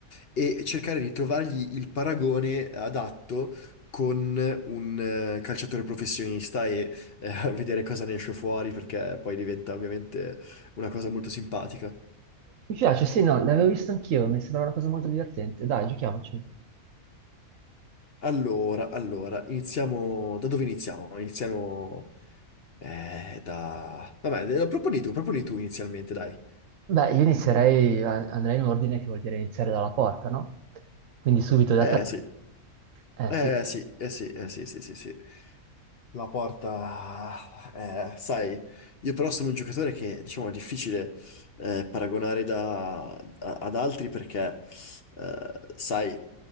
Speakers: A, on the left; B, on the right.
A: e cercare di trovargli il paragone adatto con un eh, calciatore professionista eh, <laughs> a vedere cosa ne esce fuori, perché poi diventa ovviamente una cosa molto simpatica.
B: Mi piace, sì, no, l'avevo visto anch'io, mi sembra una cosa molto divertente. Dai, giochiamoci.
A: Allora, allora, iniziamo... Da dove iniziamo? Iniziamo... eh, da... Vabbè, eh, proponi tu, proponi tu inizialmente, dai.
B: Beh, io inizierei, a- andrei in ordine, che vuol dire iniziare dalla porta, no? Quindi subito da
A: Eh
B: te.
A: sì,
B: Eh
A: eh
B: sì,
A: sì, eh sì, eh sì, sì, sì, sì. La porta, eh, sai, io però sono un giocatore che, diciamo, è difficile eh, paragonare da- a- ad altri perché, eh, sai,